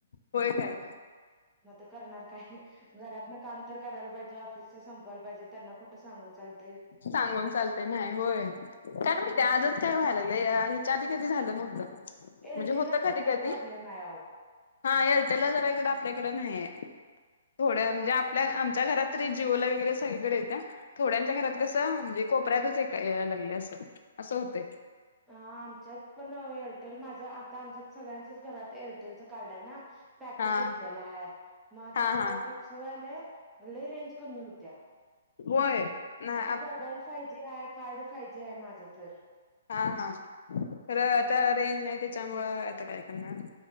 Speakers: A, on the left; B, in the centre.
A: होय काय
B: म तर करणार काय घरातन काम तर करायला पाहिजे ऑफिसच संपवायला पाहिजे त्यांना कुठं सांगून चालतं.
A: सांगून चालतं. ते नाही होय काय नाही माहिती आजच काय व्हायला लागलं हच्या आधी कधी झालं नव्हतं.
B: एरे
A: म्हणजे
B: तेला
A: होतं
B: तरी
A: कधी
B: काय
A: कधी
B: प्रॉब्लेम आहे हो
A: हा एअरटेलला जरा इकडं आपल्याकडे नाहीये. थोड्या
B: मात
A: म्हणजे आपल्या आमच्या घरात जिओ ला वगैरे सगळीकडे येत्या. थोड्यांच्या घरात कस म्हणजे कोपऱ्यातच लागले अस असं होत.
B: ह आमच्यात पण एअरटेल. माझं आता आमच्यात सगळ्यांचच घरात एअरटेलचं कार्ड आहे ना. पॅकच
A: हा.
B: घेतलेला आहे मग आता
A: हा
B: खरं.
A: हा
B: होय हॅलो आव लय रेंज कमी होत्या
A: होय ना
B: आता मोबाईल सा तिला कार्ड फायजे आहे माझं तर,
A: हा हा खरं आता रेंज नाही त्याच्यामुळं आता काय करणार.